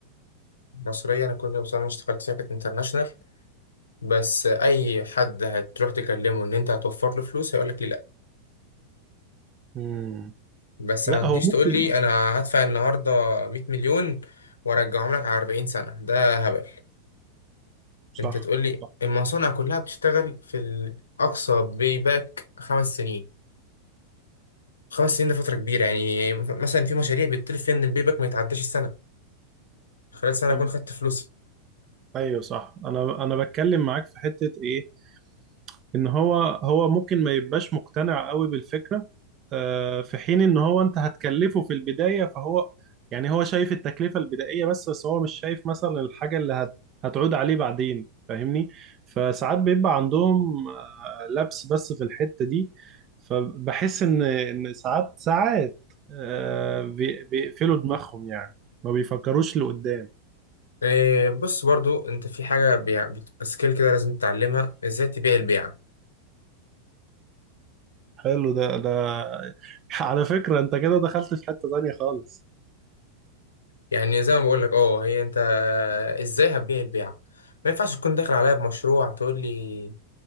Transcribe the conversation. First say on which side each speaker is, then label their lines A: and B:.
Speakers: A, on the left; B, on the right.
A: مصرية انا كل مصانع اللي اشتغلت فيها كانت انترناشونال بس اي حد هتروح تكلمه ان انت هتوفر له فلوس هيقول لك
B: مم.
A: بس
B: لا
A: ما تجيش
B: هو ممكن
A: تقول لي انا هدفع النهارده 100 مليون وارجعهم لك على 40 سنه ده هبل
B: صح
A: انت تقول لي
B: صح.
A: المصانع كلها بتشتغل في الاقصى باك خمس سنين خمس سنين ده فتره كبيره يعني مثلا في مشاريع بيطلب فيها ان البيباك ما يتعداش السنه خلال سنه
B: طب
A: اكون خدت فلوسي
B: ايوه صح انا انا بتكلم معاك في حتة ايه ان هو هو ممكن ما يبقاش مقتنع قوي بالفكرة آه، في حين ان هو انت هتكلفه في البداية فهو يعني هو شايف التكلفة البدائية بس بس هو مش شايف مثلا الحاجة اللي هت هتعود عليه بعدين فاهمني فساعات بيبقى عندهم آه، لبس بس في الحتة دي فبحس ان ان ساعات ساعات آه، بي- بيقفلوا دماغهم يعني ما بيفكروش لقدام
A: آه، بص برضو انت في حاجه بيع- بتبقى سكيل كده لازم تتعلمها ازاي تبيع البيعه
B: حلو ده ده على فكرة انت كده دخلت في حتة تانية خالص
A: يعني زي ما بقول لك اه هي انت ازاي هتبيع البيعه ما ينفعش تكون داخل عليا بمشروع تقول لي